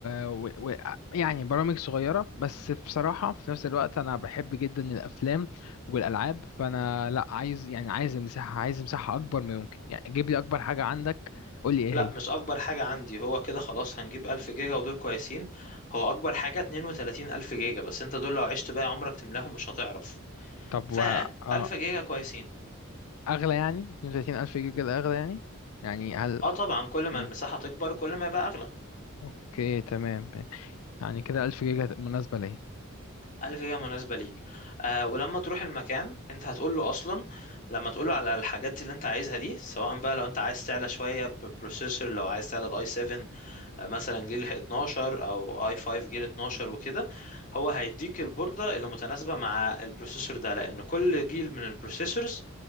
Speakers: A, on the left; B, on the left.
A: و... و... يعني برامج صغيره بس بصراحه في نفس الوقت انا بحب جدا الافلام والالعاب فانا لا عايز يعني عايز مساحه عايز مساحه اكبر ما يمكن يعني جيب لي اكبر حاجه عندك قول لي ايه
B: لا
A: هي
B: مش اكبر حاجة عندي هو كده خلاص هنجيب 1000 جيجا ودول كويسين هو اكبر حاجة 32000 جيجا بس انت دول لو عشت بقى عمرك تملاهم مش هتعرف
A: طب
B: فألف
A: وه... اه
B: جيجا كويسين
A: اغلى يعني 32000 جيجا ده اغلى يعني يعني هل
B: اه طبعا كل ما
A: مم.
B: المساحة تكبر كل ما يبقى أغلى
A: اوكي تمام يعني كده ألف جيجا مناسبة ليه
B: ألف جيجا مناسبة ليك آه ولما تروح المكان انت هتقول له أصلا لما تقول له على الحاجات اللي انت عايزها دي سواء بقى لو انت عايز تعلى شوية بروسيسور لو عايز تعلى الاي 7 آه، مثلا جيل 12 او اي 5 جيل 12 وكده هو هيديك البوردة اللي متناسبة مع البروسيسور ده لأن كل جيل من البروسيسورز